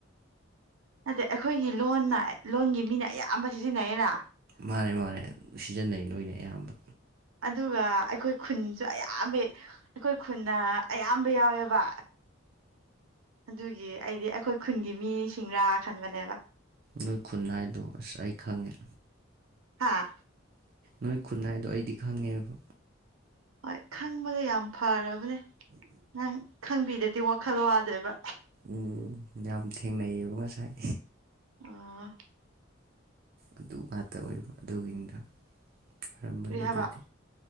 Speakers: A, on the right (about 85°); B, on the right (about 50°).
A: ꯅꯠꯇ‌ꯦ ꯑꯩꯈꯣꯏꯒꯤ ꯂꯣꯟꯅ ꯂꯣꯟꯒꯤ ꯃꯤꯅ ꯑꯌꯥꯝꯕ ꯁꯤꯖꯤꯟꯅꯩꯔ
B: ꯃꯥꯅꯦ ꯃꯥꯅꯦ ꯁꯤꯖꯤꯟꯅꯩ ꯅꯣꯏꯅ ꯑꯌꯥꯝꯕ
A: ꯑꯗꯨꯒ ꯑꯩꯈꯣꯏ ꯈꯨꯟꯁꯨ ꯑꯌꯥꯝꯕ ꯑꯩꯈꯣꯏ ꯈꯨꯟꯅ ꯑꯌꯥꯝꯕ ꯌꯥꯎꯋꯦꯕ ꯑꯗꯨꯒꯤ ꯑꯩꯗꯤ ꯑꯩꯈꯣꯏ ꯈꯨꯟꯒꯤ ꯃꯤ ꯁꯤꯡꯔꯥ ꯈꯟꯕꯅꯦꯕ
B: ꯅꯣꯏ ꯈꯨꯟꯍꯥꯏꯗꯣ ꯑꯁ ꯑꯩ ꯈꯪꯉꯦ
A: ꯍꯥꯥ
B: ꯅꯣꯏ ꯈꯨꯟ ꯍꯥꯏꯗꯣ ꯑꯩꯗꯤ ꯈꯪꯉꯦꯕ
A: ꯍꯣꯏ ꯈꯪꯕꯗꯣ ꯌꯥꯝ ꯐꯔꯕꯅꯦ ꯅꯪ ꯈꯪꯕꯤꯗꯗꯤ ꯋꯥꯈꯜ ꯋꯥ ꯋꯥꯗꫭꯏꯕ
B: ꯎꯝ ꯌꯥꯝ ꯊꯦꯡꯅꯩꯌꯦꯕ ꯉꯁꯥꯏ
A: ꯑ
B: ꯑꯗꯨ ꯉꯥꯛꯇ ꯑꯣꯏꯕ ꯑꯗꯨꯒꯤꯗ ꯑꯣꯏꯔꯝꯕꯅꯤ
A: ꯀꯔꯤ
B: ꯑꯗꯨꯗꯤ
A: ꯍꯥꯏꯕ